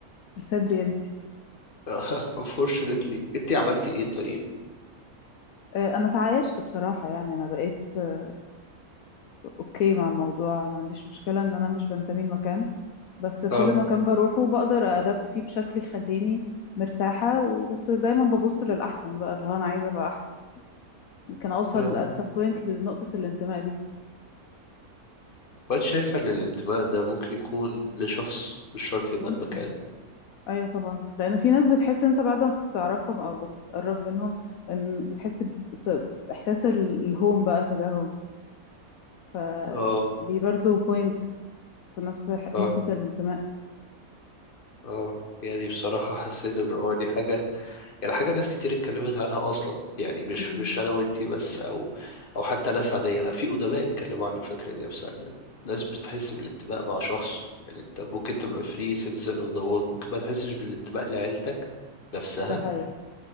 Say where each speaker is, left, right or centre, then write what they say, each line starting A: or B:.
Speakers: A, on the left (about 70°); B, on the left (about 40°).
A: الساد رياليتي
B: <laughs> unfortunately أنت عملت إيه طيب
A: آه، انا تعايشت بصراحه يعني انا بقيت آه، اوكي مع الموضوع انا ما عنديش مشكله ان انا مش بنتمي لمكان بس كل
B: اه
A: مكان بروحه بقدر أدبت فيه بشكل يخليني مرتاحة وبس دايما ببص للأحسن بقى اللي هو أنا عايزة أبقى أحسن ممكن أوصل
B: اه
A: at some point لنقطة الانتماء دي
B: وأنت شايفة إن الانتماء ده ممكن يكون لشخص مش شرط يبقى
A: ممكن
B: المكان
A: أيوة طبعا لأن في ناس بتحس إن أنت بعد ما بتعرفهم أو بتقرب منهم إن بتحس ب- بإحساس ال- الهوم بقى تجاههم فدي
B: اه
A: برضو point في نفس ح-
B: اه
A: نقطة الانتماء
B: اه يعني بصراحة حسيت ان اه دي حاجة يعني حاجة ناس كتير اتكلمت عنها اصلا يعني مش
A: مم.
B: مش انا وانتي بس او او حتى ناس عادية لا في ادباء اتكلموا عن الفكرة دي نفسها إن ناس بتحس بالانتماء مع شخص يعني انت ممكن تبقى فري citizen of the world ممكن ما تحسش بالانتماء لعيلتك نفسها
A: ده حقيقي